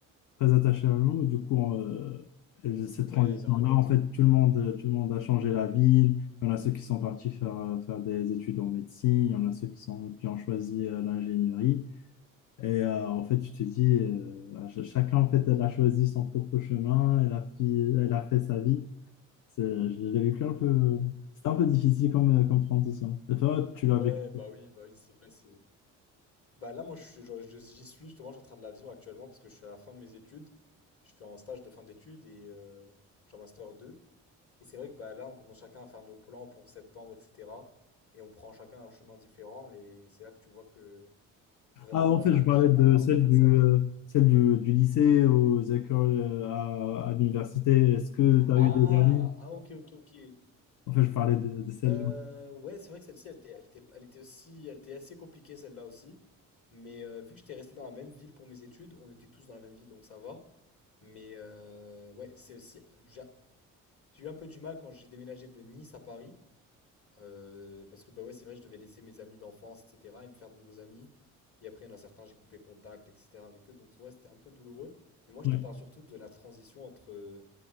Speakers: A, on the left; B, on the left.
A: très attachée à l'eau. Du coup, euh, et cette transition-là,
B: Ouais, l'un à l'autre.
A: en fait, tout le monde, tout le monde a changé la ville. Il y en a ceux qui sont partis faire, euh, faire des études en médecine. Il y en a ceux qui sont, qui ont choisi euh, l'ingénierie. Et euh, en fait, je te dis, euh, ch- chacun, en fait, elle a choisi son propre chemin. Elle a, fi- elle a fait sa vie. C'est- Je l'ai vécu un peu... C'était un peu difficile comme, euh, comme transition. Et toi, tu l'as
B: Ouais,
A: vécu?
B: bah oui, bah oui, c'est vrai, c'est... Bah là, moi, je suis- je- je- j'y suis, justement, je suis en train de la vivre actuellement parce que je suis à la fin de mes études. Je fais un stage de fin d'études et euh, je suis en master deux Et c'est vrai que bah, là, on commence chacun à faire nos plans pour septembre, etc. Et on prend chacun un chemin différent et c'est là que tu vois que vraiment,
A: Ah,
B: bah,
A: en fait, je parlais
B: chacun
A: de celle
B: va faire
A: du,
B: sa vie.
A: euh, celle du, du lycée aux écoles, euh, à, à l'université. Est-ce que tu as
B: Ah,
A: eu des amis?
B: ah, ok, ok, ok.
A: En fait, je parlais de, de celle-là.
B: Euh, ouais, c'est vrai que celle-ci, elle était, elle était, elle était aussi, elle était assez compliquée celle-là aussi. Mais euh, vu que j'étais resté dans la même ville pour mes études, on était tous dans la même ville, donc ça va. Mais euh, ouais, c'est aussi, j'a- j'ai eu un peu du mal quand j'ai déménagé de Nice à Paris, euh, parce que bah ouais, c'est vrai, je devais laisser mes amis d'enfance, etc., et me faire de nouveaux amis. Et après, il y en a certains, j'ai coupé contact, etc. avec eux, donc ouais, c'était un peu douloureux. Mais moi, je
A: Ouais.
B: te parle surtout de la transition entre euh,